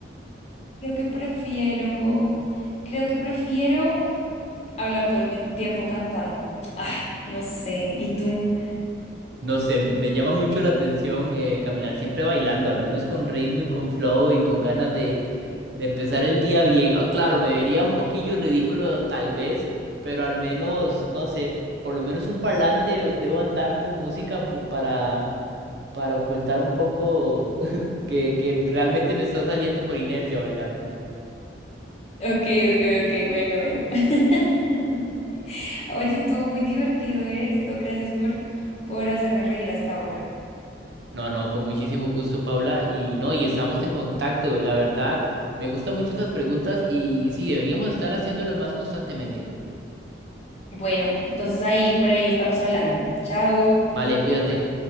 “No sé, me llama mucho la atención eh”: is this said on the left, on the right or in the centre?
Right